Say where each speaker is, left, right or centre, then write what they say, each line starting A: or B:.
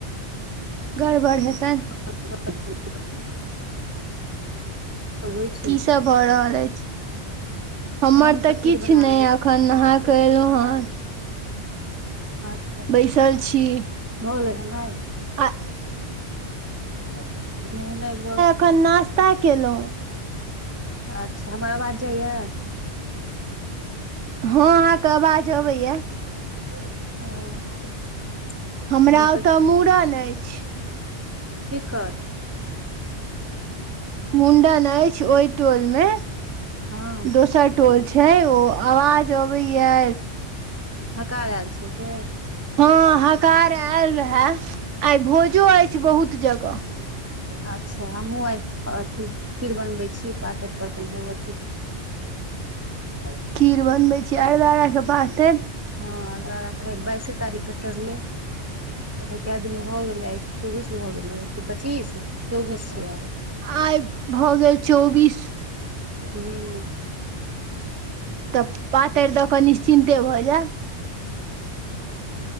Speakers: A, on the right (about 20°); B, on the right (about 85°).
A: एक
B: गड़बड़ हेतनि
A: <unintelligible> तऽ होइ छै
B: की सभ भऽ रहल अछि हमर
A: हम
B: तऽ
A: खीर
B: किछु
A: बना
B: नहि एखन नहा कऽ एयलहुँ हँ
A: ह
B: बैसल छी
A: भऽ गेल नेहेनाइ
B: आ
A: नेहेनाय भ
B: अखन नास्ता केलौं
A: अच्छा हमर आवाज जाइया
B: हँं अहाँके आवाज अबैया
A: ओ
B: हमरा
A: हम
B: ओतऽ
A: तऽ
B: मूड़न अछि
A: केकर
B: मुण्डन अछि ओई टोलमे
A: हँ
B: दोसर टोल छै ओ आवाज अबैया
A: थका एऽल छै से
B: हँ हकार आयल रहा आइ भोजो अछि बहुत जगह
A: अच्छा हमहू आइ खीर बनबै छी पातरि परतैन भगवती के <unintelligible>
B: खीर बनबै छी अरदारा के पातरि
A: हँ अरदरा काईल बाइसे तारीख क चड़लै अच्छा केऽ दिन भ गेलै आइ चौबीस भ गेलै की पच्चीस चौबीस छियै आइ
B: आइ भऽ गेल चौबीस
A: हूं
B: तऽ पातरि दऽ कऽ निश्चिन्ते भऽ जायब